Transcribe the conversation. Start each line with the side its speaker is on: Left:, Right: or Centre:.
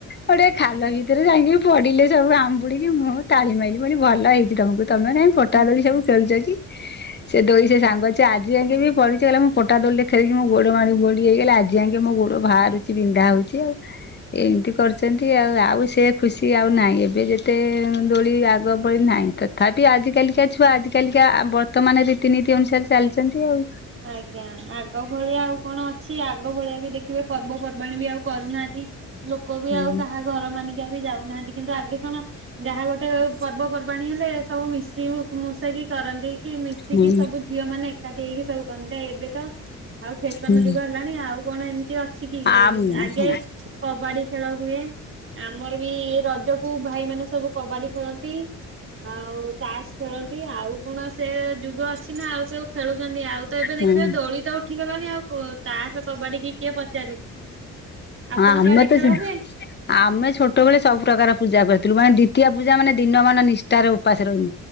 Left: ଗୋଟେ ଖାଲ ଭିତରେ ଯାଇକି ପଡିଲେ ସବୁ ଆମ୍। ପୁଡିକି ମୁଁ ତାଳିମାଇଲି ବୋଲି ଭଲ ହେଇଛି ତମକୁ ତମେ ନାଇଁ ଫୋଟା
Right: ହୁଁ
Left: ଦୋଳି ସବୁ ଖେଳଛ କି। ସେ ଦୋଳି ସେ ସାଙ୍ଗ ଛୁଆ ଆଜି ଯାଇକ ବି ପଢିଚି ଗଲା ମୁଁ ପଟା ଦୋଳି ଖେଳିକି ମୁଁ ଗୋଡ ମାଡି ମୋଡି ହେଇଗଲା ଆଜି ଆଜିଯାଙ୍କେ ଗୋଡ ବାହାରୁଛି ବିନ୍ଧା ହୋଉଚି ଆଉ। ଏମିତି
Right: ହୁଁ।
Left: କରିଚନ୍ତି ଆଉ ଆଉ ସେ ଖୁସି ଆଉ ନାହିଁ ଏବେ ଯେ ଏତେ ଦୋଳି ଆଗ ଭଳି ନାହିଁ ତଥାପି ଆଜି କାଲିକା ଛୁଆ ଆଜିକାଲିକା ଆବ ତ ମାନେ ରୀତିନୀତି ଅନୁସାରେ ଚାଲିଚନ୍ତି ଆଉ।
Right: ଆଜ୍ଞା ଆଗ ଭଳିଆ ଆଉ କଣ ଅଛି ଆଗ ଭଳିଆ ବି ଦେଖିବେ ପର୍ବପର୍ବାଣ ବି ଆଉ କରୁନାହାନ୍ତି। ଲୋକ ବି
Left: ହୁଁ
Right: ଆଉ କାହା ଘର ମାନିକାଆ ବି ଯାଉନାହାନ୍ତି କିନ୍ତୁ ଆଗେ କଣ ଯାହା ଗୋଟେ ପର୍ବପର୍ବାଣୀ ହେଲେ ସବୁ ମିଶି ମୁଶେଇକି କରନ୍ତି। କି ମିଶିକି
Left: ହୁଁ
Right: ସବୁ ଝିଅ ମାନେ ଏକାଠି ହେଇକି ସବୁ କରନ୍ତି ଏବେ ତ ଆଉ ଫ୍ୟାସନ
Left: ହୁଁ
Right: ଯୁଗ ହେଲାଣି ଆଉ କଣ ଏମିତି ଅ କିଛି କି ହୋଉନି
Left: ଆମ
Right: ଆଗେ
Left: ହଁ
Right: କବାଡି ଖେଳ ହୁଏ। ଆମର ବି ଏ ରଜ କୁ ଭାଇ ମାନେ ସବୁ କବାଡି ଖେଳନ୍ତି। ଆଉ ତାସ୍ ଖେଳନ୍ତି ଆଉ କଣ ସେ ଯୁଗ ଅଛି। ନା ଆଉ କୋଉ ଖେଳୁଚନ୍ତି ଆଉ ତ ଏବେ ଦେଖିବେ
Left: ହଁ
Right: ଦୋଳି ସବୁତ ଉଠିଗଲାଣି ଆଉ ତାସ କବାଡିକି କିଏ ପଚାରେ। ଆପଣ
Left: ଆମେ
Right: କାଆଡେ
Left: ତ
Right: ଖେଳ
Left: ସେ
Right: ହୁଏ?
Left: ଆମେ ଛୋଟବେଳେ ସବୁ ପ୍ର୍ରକାର ପୂଜା କରିଥିଲୁ ମାନେ ଦ୍ୱିତୀୟ ପୂଜା ମାନେ ଦିନ ମାନେ ନିଷ୍ଠାରେ ଉପାସ ରହିମୁ।